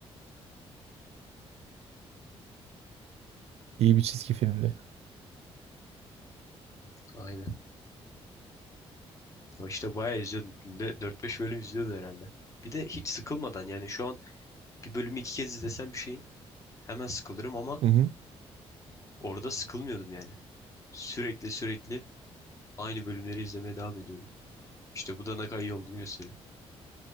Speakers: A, on the right (about 75°); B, on the left (about 30°).
A: iyi bir çizgi filmdi.
B: Aynen. Ama işte bayağı izliyordum. Günde dört beş bölüm izliyordum herhalde. Bir de hiç sıkılmadan yani şu an bir bölümü iki kez izlesem bir şeyin hemen sıkılırım ama
A: Hı hı.
B: orada sıkılmıyordum yani. Sürekli sürekli aynı bölümleri izlemeye devam ediyordum. İşte bu da ne kadar iyi olduğunu gösteriyor.